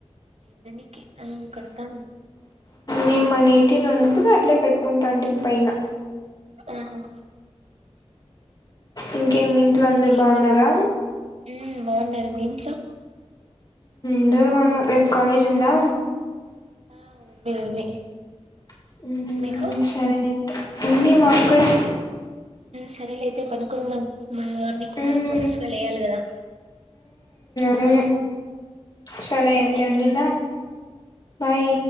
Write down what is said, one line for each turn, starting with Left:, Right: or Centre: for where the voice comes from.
Right: నని అవును కడతాను
Left: నేను మనేటీలు ఉన్నప్పుడు అట్లే కట్టుకుంటా అంటమి పైన
Right: ఆహా
Left: ఇంకేమి ఇంట్లో
Right: ఇంకేమి
Left: అందరు బాగున్నారా
Right: ఉమ్ బాగున్నారు మీ ఇంట్లో
Left: <inaudible> రేపు కాలేజ్ ఉందా
Right: ఆ ఉంది ఉంది
Left: ఉమ్
Right: మీకు
Left: సరే అయితే ఉంది మాక్కూడా
Right: సరేలేతే పను కుందాం మార్నింగ్
Left: ఉమ్
Right: నాకు పస్కల్ వేయ్యాలి కదా
Left: ఉమ్ సరే ఎంత
Right: అయితే
Left: ఎండిళ్ళా
Right: బాయ్
Left: బాయ్